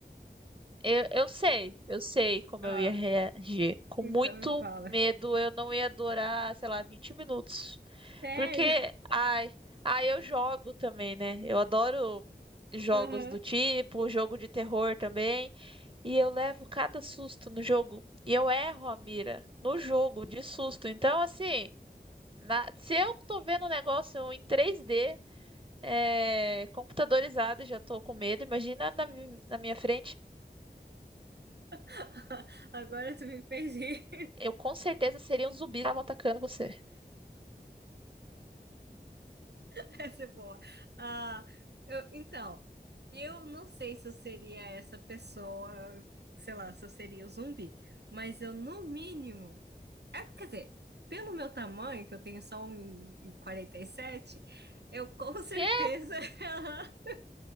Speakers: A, on the right (about 30°); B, on the right (about 85°).
A: Eu, eu sei, eu sei como
B: Ah,
A: eu ia reagir. Com
B: então
A: muito
B: me fala.
A: medo, eu não ia durar, sei lá, 20 minutos.
B: Sério?
A: Porque, ai, ai, eu jogo também, né? Eu adoro jogos
B: Aham.
A: do tipo, jogo de terror também. E eu levo cada susto no jogo. E eu erro a mira no jogo de susto. Então, assim, na- se eu tô vendo um negócio em 3D, é, computadorizado, e já tô com medo. Imagina na, mi- na minha frente.
B: <laughs> Agora tu me fez rir.
A: Eu com certeza seria um zumbi que estavam atacando você.
B: <laughs> Essa é boa. Ah, eu, então, eu não sei se eu seria essa pessoa, sei lá, se eu seria o zumbi, mas eu, no mínimo. É, quer dizer, pelo meu tamanho, que eu tenho só um e e quarenta e sete eu com certeza,
A: Que?
B: <laughs>